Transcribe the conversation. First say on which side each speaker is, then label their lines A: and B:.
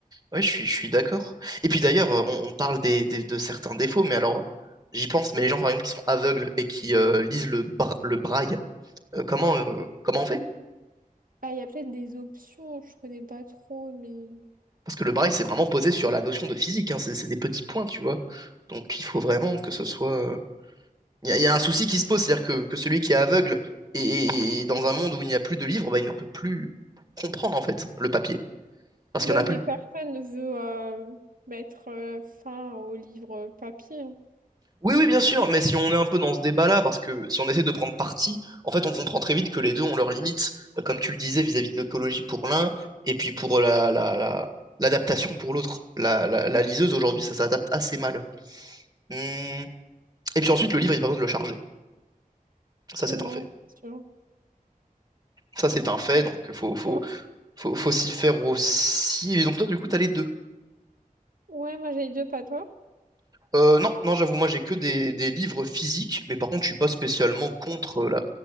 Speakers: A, on the right; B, on the right.
A: Ouais, je suis, je suis d'accord. Et puis d'ailleurs, euh, on, on parle des, des- de certains défauts, mais alors, j'y pense, mais les gens, par exemple, qui sont aveugles et qui euh, lisent le, bra- le braille, euh, comment, euh, comment on fait?
B: Ah, il y a peut-être des options, je connais pas trop, mais...
A: Parce que le braille, c'est vraiment posé sur la notion de physique, hein, c'est c'est des petits points, tu vois. Donc, il faut vraiment que ce soit... euh, Il y, a il y a un souci qui se pose, c'est-à-dire que, que celui qui est aveugle et, et- et dans un monde où il n'y a plus de livres, bah, il ne peut plus comprendre, en fait, le papier, parce
B: Ouais,
A: qu'il n'y en a
B: mais
A: plus.
B: personne ne veut euh, mettre euh, fin aux livres papier. hein.
A: Oui, oui, bien sûr, mais si on est un peu dans ce débat-là, parce que si on essaie de prendre parti, en fait, on comprend très vite que les deux ont leurs limites, euh, comme tu le disais, vis-à-vis de l'écologie pour l'un, et puis pour la, la- la- l'adaptation pour l'autre. La, la- la liseuse, aujourd'hui, ça s'adapte assez mal. Hum, Et puis ensuite, le livre, il n'y a pas besoin de le charger. Ça, c'est
B: Non,
A: un fait.
B: c'est sûr,
A: Ça, c'est un fait, donc faut, faut,
B: c'est sûr.
A: faut, faut s'y faire aussi. Et donc toi, du coup, t'as les deux.
B: Ouais, moi j'ai les deux, pas toi.
A: Euh, non, non, j'avoue, moi j'ai que des, des livres physiques, mais par contre je suis pas spécialement contre euh, la,